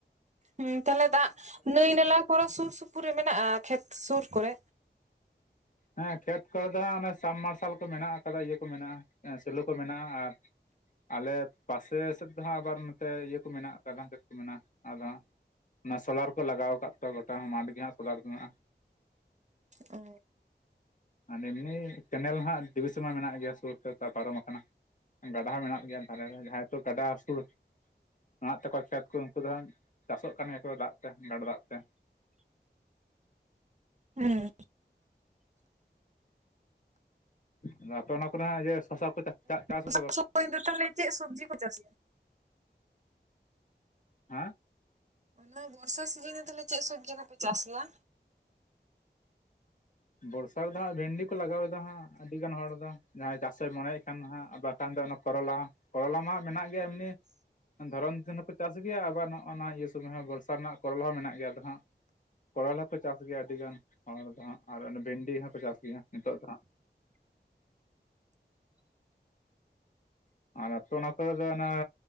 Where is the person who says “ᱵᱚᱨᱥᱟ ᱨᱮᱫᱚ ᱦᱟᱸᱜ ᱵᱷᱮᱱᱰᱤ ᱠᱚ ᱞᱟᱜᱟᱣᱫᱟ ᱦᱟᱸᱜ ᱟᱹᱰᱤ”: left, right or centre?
Left